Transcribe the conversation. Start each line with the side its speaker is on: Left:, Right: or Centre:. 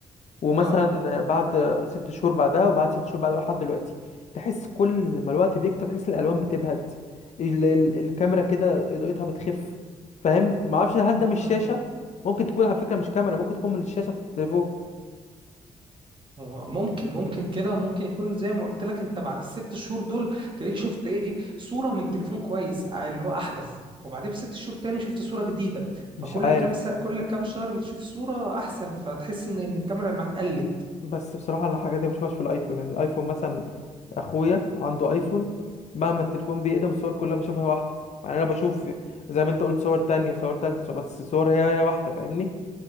Left: ومثلا
Right: اه
Left: بعد ست شهور بعدها وبعد ست شهور بعدها لحد دلوقتي تحس كل ما الوقت بيكتر تحس الالوان بتبهت ال ال الكاميرا كده اضاءتها بتخف فاهم ما اعرفش هل
Right: اه،
Left: ده مش شاشه
Right: ايوه
Left: ممكن تكون على فكره مش كاميرا ممكن تكون من الشاشه بتاعت التليفون
Right: هو ممكن ممكن كده ممكن يكون زي ما قلت لك انت بعد الست شهور دول تلاقيك شفت ايه صورة من تليفون كويس اه، اللي هو احدث وبعدين بست شهور تاني شفت صورة جديدة فكل
Left: مش عارف
Right: كام سا... كل كام شهر بتشوف صورة احسن فتحس ان إن الكاميرا اللي معاك قلت
Left: بس بصراحة أنا الحاجات دي ما بشوفهاش في الأيفون يعني الأيفون مثلا أخويا عنده أيفون مهما التليفون بيقدم الصور كلها بشوفها واحدة يعني أنا بشوف زي ما أنت قلت صور تانية وصور تالتة بس الصور هي هي واحدة فاهمني